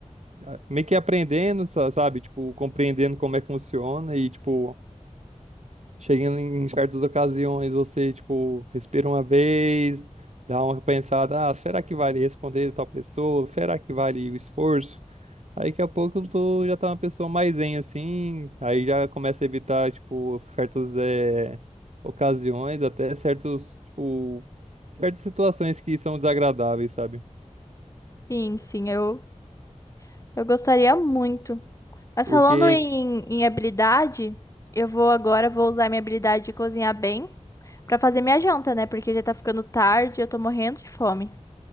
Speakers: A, on the right; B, on the left.
A: ah, meio que aprendendo, sa- sabe? Tipo, compreendendo como é que funciona e, tipo, chegando em certas ocasiões, você, tipo, respira uma vez, dá uma pensada, ah, será que vale responder tal pessoa? Será que vale o esforço? Aí daqui a pouco eu tô, já tá uma pessoa mais zen assim, aí já começa a evitar, tipo, certas eh, ocasiões, até certos, tipo, certas situações que são desagradáveis, sabe?
B: Sim, sim, eu, eu gostaria muito. Mas
A: Porque,
B: falando em, em habilidade, eu vou agora, vou usar minha habilidade de cozinhar bem pra fazer minha janta, né? Porque já tá ficando tarde, eu tô morrendo de fome.